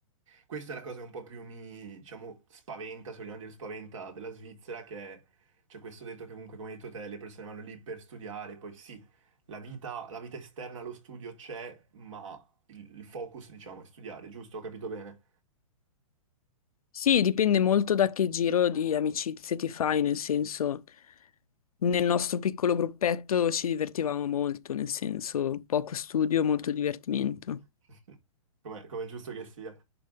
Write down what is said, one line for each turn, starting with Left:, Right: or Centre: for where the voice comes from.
Right: questa è la cosa che un po' più mi, diciamo, spaventa, se vogliamo dire spaventa, della Svizzera, che è, c'è questo detto che comunque, come hai detto te, le persone vanno lì per studiare, poi sì, la vita, la vita esterna allo studio c'è, ma il, il focus, diciamo, è studiare, giusto? Ho capito bene?
Left: Sì, dipende molto da che giro di amicizie ti fai, nel senso, nel nostro piccolo gruppetto ci divertivamo molto, nel senso, poco studio, molto divertimento.
Right: <laughs> Come come è giusto che sia.